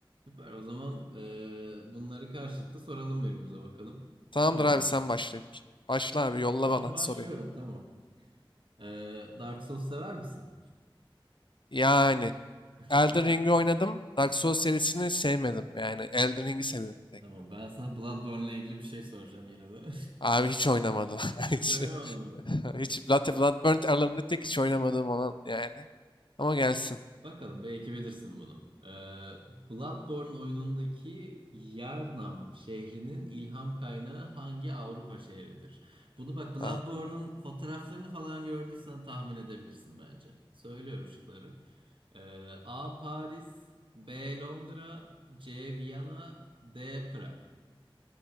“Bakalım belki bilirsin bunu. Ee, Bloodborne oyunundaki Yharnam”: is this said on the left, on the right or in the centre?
Right